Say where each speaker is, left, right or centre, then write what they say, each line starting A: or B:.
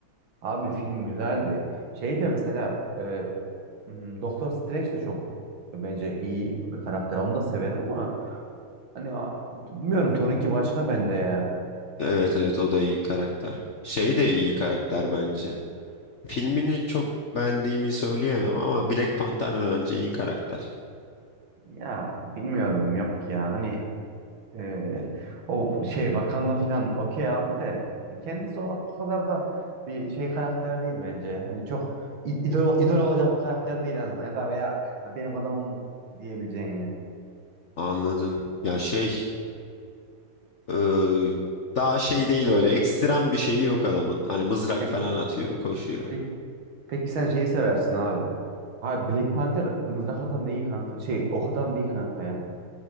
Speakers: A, on the right (about 70°); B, on the left (about 70°).
A: Abi film güzeldi. Şey de mesela e, Hmm, Doktor Strange de çok bence iyi bir karakter. Onu da severim ama hani a- bilmiyorum Thor'unki başka bende ya.
B: Evet evet o da iyi karakter. Şey de iyi karakter bence. Filmini çok beğendiğimi söyleyemem ama Black Panther da bence iyi karakter.
A: Ya bilmiyorum yok ya. Hani Ee, o şey Wakanda falan okey abi de e, kendisi o o kadar da bir şey karakter değil bence. Hani çok i- idol, idol olacak bir karakter değil en azından ya da veya "Ya benim adamım bu diyebileceğin yani.
B: Anladım. Ya şey e, daha şey değil öyle ekstrem bir şeyi yok adamın. Hani mızrak
A: Pe-
B: falan atıyor koşuyor.
A: pe- peki sen şeyi seversin abi. Ha Black Panther mızrak atan değil kanka. Şey ok atan değil kanka ya.